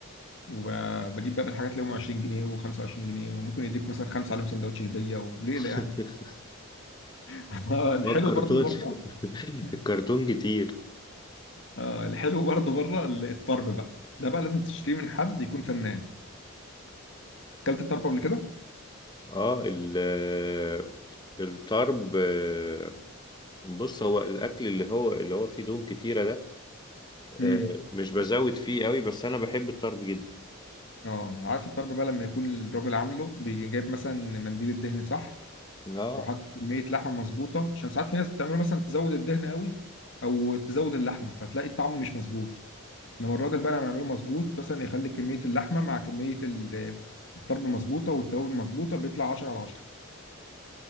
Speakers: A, on the left; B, on the left.
A: وبجيب بقى من الحاجات اللي هم 20 جنيه و25 جنيه وممكن يديك مثلا خمسه عليهم سندوتش هديه وليله يعني
B: <laughs>
A: <laughs> آه، الحلو
B: ما الكرتون
A: برضو بره
B: <laughs>
A: <laughs>
B: الكرتون كتير
A: آه، الحلو برضو بره ال- الطرب بقى ده بقى لازم تشتريه من حد يكون فنان اكلت الطرب قبل كده
B: اه ال آه، الطرب آه، بص هو الاكل اللي هو اللي هو فيه دهون كتيره ده آه،
A: امم
B: مش بزود فيه قوي بس انا بحب الطرب جدا
A: اه عارف الطرب بقى لما يكون الراجل عامله بيجيب مثلا منديل الدهن صح
B: اه
A: وحاطط كميه لحمه مظبوطه عشان ساعات في ناس بتعمله مثلا تزود الدهن قوي او تزود اللحمه فتلاقي الطعم مش مظبوط انما الراجل بقى لما يعمله مظبوط مثلا يخلي كميه اللحمه مع كميه ال- الطرب مظبوطه والتوابل مظبوطه بيطلع 10 على 10